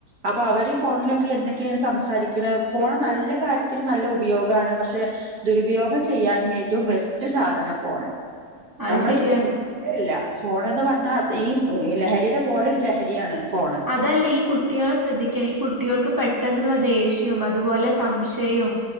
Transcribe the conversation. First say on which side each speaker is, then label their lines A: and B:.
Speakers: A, on the right; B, on the right.
A: അപ്പൊ അവര് ഈ ഫോണിലൊക്കെ എന്തൊക്കെയാണ് സംസാരിക്ക്ണേ ഫോണ് നല്ല കാര്യത്തിൽ നല്ല ഉപയോഗമാണ് പക്ഷെ ദുരുപയോഗം ചെയ്യാനും ഏറ്റവും ബെസ്റ്റ് സാധനാ ഫോണ്
B: അത്
A: നമ്മള്
B: ശരിയാണ്
A: <unintelligible> ഫോണ് ന്ന് പർ അ ഈ ലഹരിയുടെ പോലെരു ലഹരിയാണ് ഫോണ്
B: അതല്ല, ഈ കുട്ടികളെ ശ്രദ്ധിക്കണേ, ഈ കുട്ടികൾക്ക് പെട്ടെന്നുള്ള ദേഷ്യവും, അതുപോലെ സംശയവും